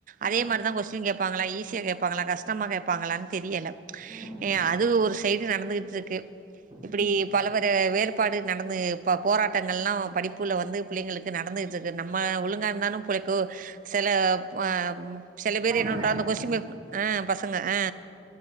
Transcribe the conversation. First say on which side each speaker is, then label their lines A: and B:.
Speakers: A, on the right; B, on the right.
A: ஆ
B: அதே மாரிதா கொஸ்டின் கேப் பாங்களா ஈஸியா கேப்பாங்களா கஷ்டமா கேப்பாங்களான் தெரியல
A: ம்
B: ஏ அது ஒரு சைடு நடந்துகிட்ருக்கு இப்புடி
A: ம்
B: பலவர வேறுபாடு நடந்து பா போராட்டங்கள்லா படிப்புல வந்து புள்ளங்களுக்கு நடந்துகுட்ருக்கு நம்ம ஒழுங்கா இருந்தாலும் <unintelligible> செல ப ம் சில பேர்
A: பசங்க
B: என்னொண்டா அந்த கொஸின் பேப் அ ஃப பசங்க ஆ